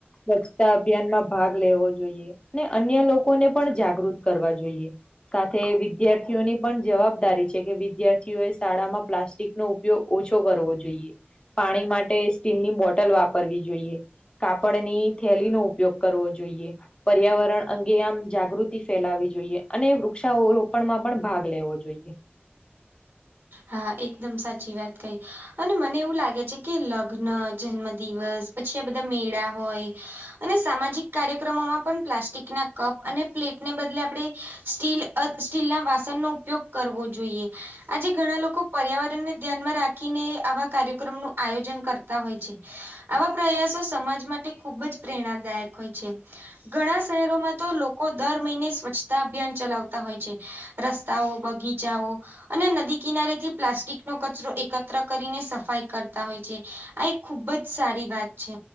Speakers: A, on the left; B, on the right.
A: સ્વચ્છતા અભિયાન માં ભાગ લેવો જોઈએ અને અન્ય લોકોને પણ જાગૃત કરવા જોઈએ. કાથે વિદ્યા ર્થી ઓની પણ જવાબદારી છે કે વિદ્યાર્થીઓએ શાળામાં પ્લાસ્ટિકનો ઉપયોગ ઓછો કરવો પાણી માટે સ્ટીલની બોટલ વાપરવી જોઈએ. કાપડની થેલી નો ઉપયોગ કરવો જોઈએ. પર્યાવરણ અંગે આમ જાગૃતિ ફેલાવી જોઈએ અને વૃક્ષારોપણમાં પણ ભાગ લેવો જોઈએ.
B: હા એકદમ સાચી વાત કહી અને મને એવું લાગે છે કે લગ્ન જન્મ દિવસ પછી આ બધા મેળા હોય અને સામાજિક કાર્યક્રમોમાં પણ પ્લાસ્ટિક ના કપ અને પ્લેટ ને બદલે આપણે સ્ટીલ અ સ્ટીલ ના વાસણનો ઉપયોગ કરવો જોઈએ આજે ઘણા લોકો પર્યાવરણ ને ધ્યાનમાં રાખીને આવા કાર્યક્રમ નું આયોજન કરતા હોય છે. આવા પ્રયાસો સમાજ માટે ખુબ જ પ્રેરણાદાયક હોય છે. ઘણા શહેરોમાં તો લોકો દર મહિને સ્વચ્છતા અભિયાન ચલાવતા હોય છે. રસ્તાઓ બગીચાઓ અને નદી કિનારેથી પ્લાસ્ટિકનો કચરો એકત્ર કરીને સફાઈ કરતા હોય છે. આ એક ખુબ જ સારી વાત છે